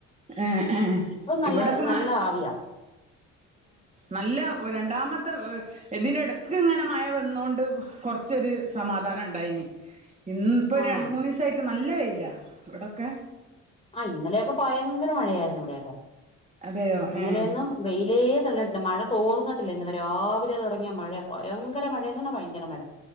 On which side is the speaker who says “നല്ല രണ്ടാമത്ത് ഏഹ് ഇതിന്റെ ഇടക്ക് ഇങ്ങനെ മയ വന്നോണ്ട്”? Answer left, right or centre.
Right